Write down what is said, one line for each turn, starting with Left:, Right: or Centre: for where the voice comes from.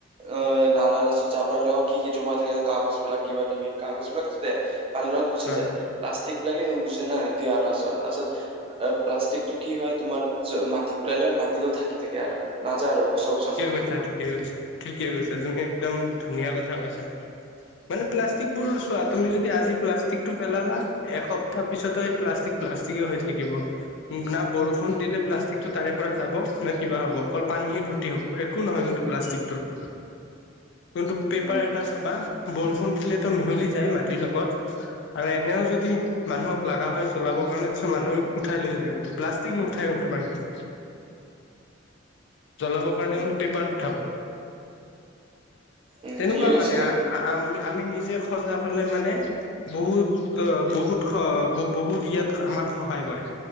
Right: অ', নালাাৰ লাষ্টতত জাব্ৰা বিলাক কি কি জমা হৈ থাকে কাগজবিলাক কিবা কিবি কাগজবিলাকটো দে। পানীৰ লগত গুচি
Left: হয়
Right: যায়, প্লাষ্টিক বিলাকে নুগুছে না এতিয়া আৰু লাস্তত প্লাষ্টিকটো কি হয় তোমাৰ মাটিত পালে মাটিতো ঢাকি থাকে আৰু। নাযায় আৰু বছৰ বছৰ
Left: ঠিকে
Right: ঢাকি
Left: কৈছা
Right: থাকিব
Left: ঠিকে
Right: আৰু।
Left: কৈছা ঠিকে কৈছা তুমি একদম ধুনীয়া কথা কৈছা। মানে প্লাষ্টিক বোৰ চোৱা, তুমি যদি আজি প্লাষ্টিকটো পেলালা এসপ্তাহ পিছতো এই প্লাষ্টিক প্লাষ্টিকে হৈ থাকিব। না বৰষুণ দিলে প্লাষ্টিক টো তাৰে পৰা যাব, না কিবা হ'ব অকল পানীহে ভৰ্তি হ'ব একো নহয় কিন্তু প্লাষ্টিকটোৰ। কিন্তু পেপাৰ
Right: উম
Left: এটা চাবা বৰষুণ দিলেতো মিহলি যায় মাটিৰ লগত। আৰু এনেও যদি মানুহক লগা হয় জ্বলাবৰ কাৰণে মানুহে উঠাই লৈ যায় কিন্তু প্লাষ্টিক নুঠায় কিন্তু মানুহে। জ্বলাবৰ কাৰণে
Right: উম
Left: কিন্তু পেপাৰত উঠাব,
Right: উম
Left: তেনেকুৱা
Right: ঠিক আছে
Left: মানে।
Right: তুমি
Left: আমি-আমি নিজে সজাগ হ'লে মানে বহুত-বহুত-বহুত ইয়াত আমাক সহায় কৰে।